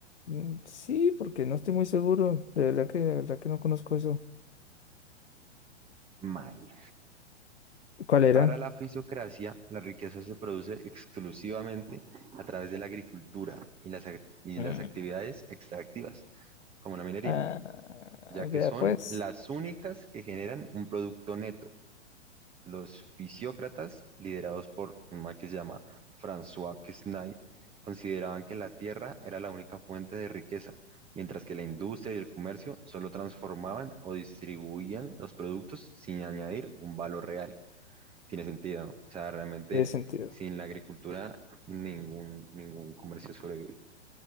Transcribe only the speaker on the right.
Mal.
Para la fisiocracia, la riqueza se produce exclusivamente a través de la agricultura y las, ac- y
las actividades extractivas, como la minería,
ya que
son
las únicas que generan un producto neto. Los fisiócratas, liderados por un man que se llama François Quesnay, consideraban que la tierra era la única fuente de riqueza, mientras que la industria y el comercio solo transformaban o distribuían los productos sin añadir un valor real. Tiene sentido, ¿no? O sea, realmente
sin la agricultura ningún, ningún comercio sobrevive,